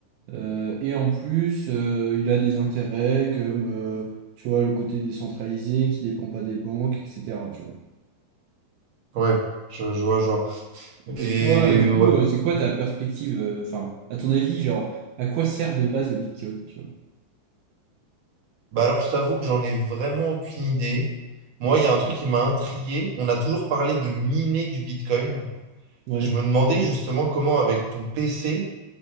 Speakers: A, on the right; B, on the right.
A: euh, et en plus, euh, il a des intérêts comme, euh, tu vois, le côté décentralisé qui dépend pas des banques, etc. Tu vois.
B: Ouais, je, je vois, je vois.
A: Et
B: Et
A: toi, euh, du coup,
B: ouais.
A: euh, c'est quoi
B: ok.
A: ta perspective, euh, enfin, à ton avis, genre, à quoi sert de base le Bitcoin, tu vois?
B: Bah alors, je t'avoue que j'en ai vraiment aucune idée. Moi, il y a un truc qui m'a intrigué. On a toujours parlé de miner du Bitcoin.
A: Ouais.
B: Je me demandais justement comment, avec ton PC,